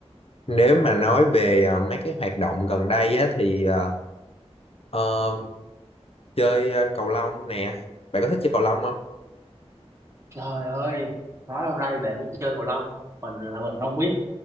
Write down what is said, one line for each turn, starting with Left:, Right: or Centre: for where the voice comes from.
Left: nếu mà nói về ờ, mấy cái hoạt động gần đây á thì ờ, ờ, chơi ờ, cầu lông nè. Bạn có thích chơi cầu lông không?
Right: Trời ơi, nói lâu nay bạn cũng chơi cầu lông. Mình là mình không biết.